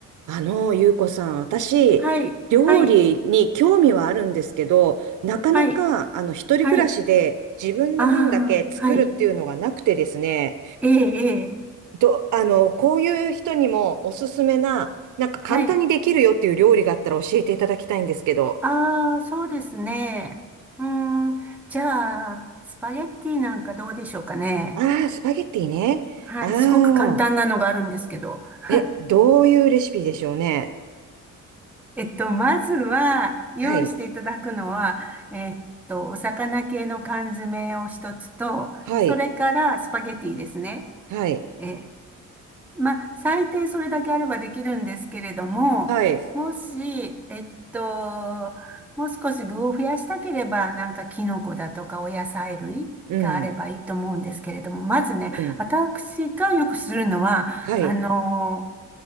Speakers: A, on the right (about 65°); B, in the centre.
A: あの、ゆうこさん、私、
B: はい、
A: 料理に興味はあるんですけど、
B: はい、
A: なかなか、
B: はい、
A: あの、一人暮らしで自分の分だけ作るっていうのがなくてですね、
B: はい。ああ、はい。ええ、ええ、
A: ど、あの、こういう人にもおすすめな、なんか簡単にできるよっていう料理があったら教えていただきたいんですけど。
B: はい。ああ、そうですね。うーん、じゃあ、スパゲッティなんかどうでしょうかね。
A: ああ、スパゲッティね。
B: はい、
A: ああ、
B: すごく簡単なのがあるんですけど。はい。
A: え、どういうレシピでしょうね。
B: えっと、まずは、用意していただくのは、
A: はい、
B: えっと、お魚系の缶詰を一つと、
A: はい、
B: それからスパゲッティですね。
A: はい、
B: ええまあ、最低それだけあればできるんですけれども、
A: はい、
B: もし、えっと、もう少し具を増やしたければ、なんかキノコだとかお野菜類があればいいと思うんですけれども、
A: うん、
B: まずね、
A: うん、
B: 私がよくするのは、
A: はい、
B: あの、